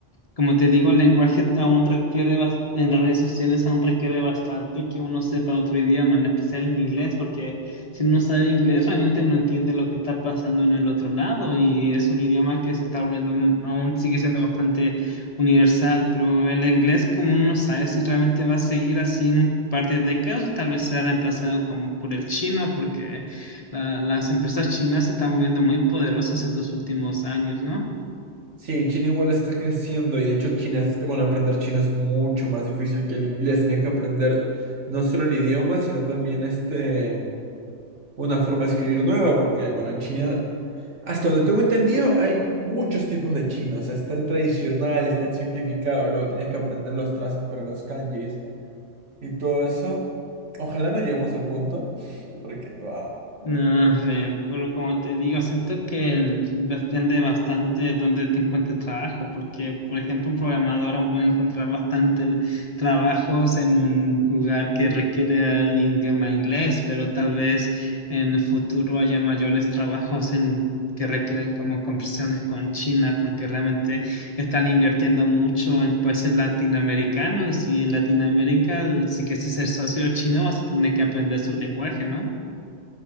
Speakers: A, on the left; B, on the right.
A: como te digo, el lenguaje aún requiere, bas- en las redes sociales aún requiere bastante que uno sepa otro idioma, en especial en inglés, porque si uno sabe inglés realmente no entiende lo que está pasando en el otro lado y es un idioma que se está volviendo, mm, aún sigue siendo bastante universal, pero el inglés como uno no sabe si realmente va a seguir así en un par de décadas o tal vez sea reemplazado como por el chino, porque la- las empresas chinas se están volviendo muy poderosas estos últimos años, ¿no?
B: Sí, China igual está creciendo y de hecho China es, eh, bueno, aprender chino es mucho más difícil que el inglés. Tienes que aprender no solo el idioma, sino también este, una forma de escribir nueva, porque bueno, en China, hasta donde tengo entendido, hay muchos tipos de chino. O sea, está el tradicional, está el simplificado, luego tienes que aprender los trazos para los kanjis y todo eso. Ojalá no lleguemos al punto, <laughs> porque wow.
A: No, sé, pero como te digo, siento que el- depende bastante de dónde te encuentres trabajo, porque, por ejemplo, un programador aún puede encontrar bastante el- trabajos en un lugar que requiere el idioma inglés, pero tal vez en el futuro haya mayores trabajos en que requieren como conversaciones con China, porque realmente están invirtiendo mucho en países latinoamericanos y en Latinoamérica, si quieres ser socio chino, vas a tener que aprender su lenguaje, ¿no?